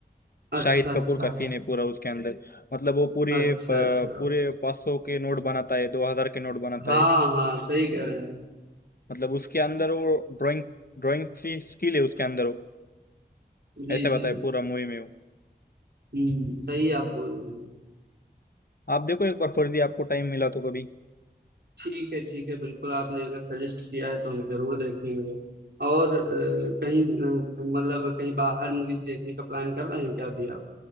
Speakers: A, on the right; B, on the left.
A: अच्छा
B: शाहिद
A: अच्छा
B: कपूर का सीन है पूरा उसके अंदर मतलब वो पूरे
A: अच्छा
B: अ, पूरे
A: अच्छा
B: 500 के नोट बनाता है 2000 के नोट बनाता
A: हाँ
B: है
A: हाँ सही कह रहे हैं
B: मतलब उसके अंदर वो ड्राइंग ड्राइंग सी स्किल है उसके अंदर वो
A: जी
B: ऐसे बताए
A: जी
B: पूरा मूवी में वो
A: हम्म, सही आप बोल रहे हैं
B: आप देखो एक बार फर्जी आपको टाइम मिला तो कभी
A: ठीक है ठीक है बिल्कुल आपने अगर सजेस्ट किया है तो हम जरूर देखेंगे और अ, कहीं अ, मतलब कहीं बाहर मूवी देखने का प्लान कर रहे हैं क्या अभी आप